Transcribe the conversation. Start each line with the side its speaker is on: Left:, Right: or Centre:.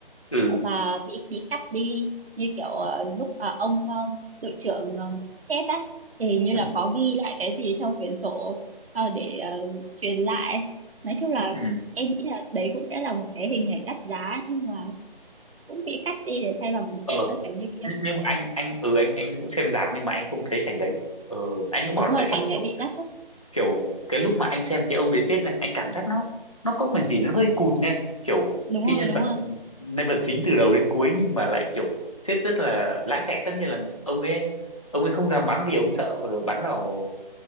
Left: ừ
Right: và bị bị cắt đi như kiểu ờ, lúc mà ông ờ, đội trưởng ờ, chết á thì hình như
Left: ừ,
Right: là có ghi lại cái gì trong quyển sổ ờ, để ờ, truyền lại nói chung là
Left: ừ.
Right: em nghĩ là đấy cũng sẽ là một cái hình ảnh đắt giá nhưng mà cũng bị cắt đi để thay bằng một
Left: ờ
Right: cái phân cảnh như kia
Left: Nh- nhưng mà anh anh ừ anh anh cũng xem rạp nhưng mà anh không thấy cảnh đấy ờ anh cũng bảo
Right: đúng
Left: là
Right: rồi
Left: tại sao
Right: cảnh
Left: kiểu
Right: đấy bị đắt á
Left: kiểu cái lúc mà anh xem cái ông đấy chết này anh cảm giác nó nó có phần gì nó hơi cụt nha kiểu
Right: đúng
Left: cái
Right: rồi
Left: nhân
Right: đúng
Left: vật
Right: rồi
Left: nhân vật chính từ đầu đến cuối nhưng mà lại kiểu chết rất là lãng xẹt tất nhiên là ông ấy ông ấy không dám bắn vì ông sợ ờ, bắn vào